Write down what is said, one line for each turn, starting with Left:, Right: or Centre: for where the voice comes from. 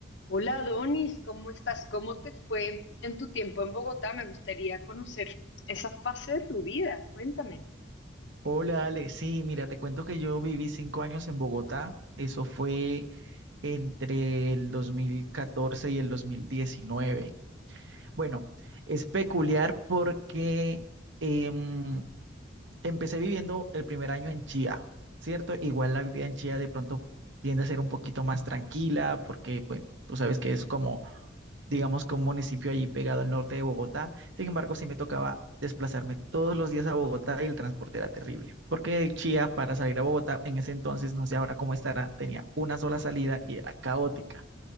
Left: Hola Donis, ¿cómo estás? ¿Cómo te fue en tu tiempo en Bogotá? Me gustaría conocer esa fase de tu vida. Cuéntame.
Right: Hola Ale, sí, mira, te cuento que yo viví cinco años en Bogotá, eso fue entre el 2014 y el 2019. Bueno, es peculiar porque em, empecé viviendo el primer año en Chía, ¿cierto? Igual la vida en Chía de pronto tiende a ser un poquito más tranquila porque, pues, tú sabes que es como digamos que un municipio allí pegado al norte de Bogotá. Sin embargo, sí me tocaba desplazarme todos los días a Bogotá y el transporte era terrible, porque de Chía para salir a Bogotá en ese entonces, no sé ahora cómo estará, tenía una sola salida y era caótica.